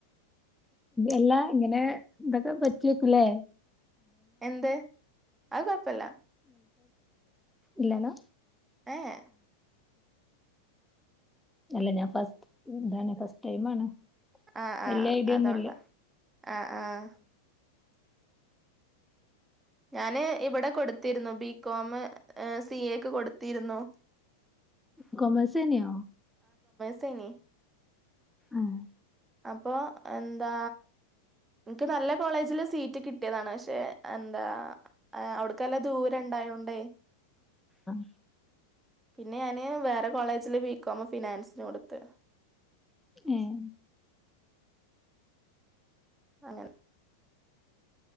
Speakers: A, in the centre; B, on the right.
A: എല്ലാം ഇങ്ങനെ ഇതൊക്കെ ഒരു പറ്റിയക്കലേ
B: എന്ത് അത് കൊഴപ്പമില്ല
A: ഇല്ലന്ന
B: ആഹ
A: അല്ല ഞാൻ ഫസ്റ്റ് എന്താണ് ഫസ്റ്റ് ടൈം ആണ്
B: ആഹ
A: വല്യ
B: ആഹ്
A: ഐഡിയ
B: അതോണ്ടാ
A: ഒന്നുല്ല
B: ആഹ ആഹ ഞാന് ഇവിടെ കൊടു ത്തിരുന്നു ബികോം സി എക്ക് കൊടുത്തിരുന്നു
A: കോമേഴ്‌സ് ന്ന്
B: ശനി
A: ആഹ
B: അപ്പൊ എന്താ എനിക്ക് നല്ല കോളേജില് സീറ്റ് കിട്ടിയതാണ് പക്ഷെ എന്താ അവിടു ൻക്ക് നല്ല ദൂര ഉണ്ടായോണ്ടേ
A: ആഹ
B: പിന്നെ ഞാന് വേറെ കോളേജില് ബികോം ഫിനാൻസിന് കൊടുത്ത്
A: ഉം
B: അങ്ങനെ